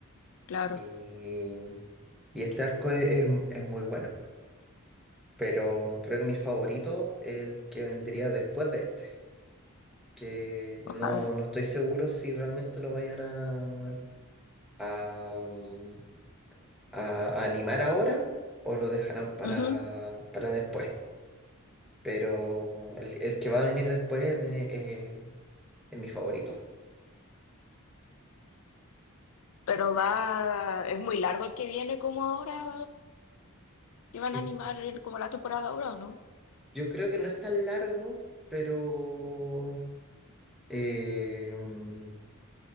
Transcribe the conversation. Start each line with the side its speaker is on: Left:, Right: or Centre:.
Left: claro,
Centre: Y, y este arco es, es- es muy bueno, pero creo que mi favorito es el que vendría después de este, que no,
Left: ojalá.
Centre: no estoy seguro si realmente lo vayan a a, mm, a- a animar ahora o lo dejarán para,
Left: Ujú.
Centre: para después. Pero el, el que va a venir después de, eh, es mi favorito.
Left: Pero va, es muy largo el que viene como ahora. ¿Que van
Centre: Es-
Left: a animar el- como la temporada ahora o no?
Centre: Yo creo que no es tan largo, pero, eh, mm,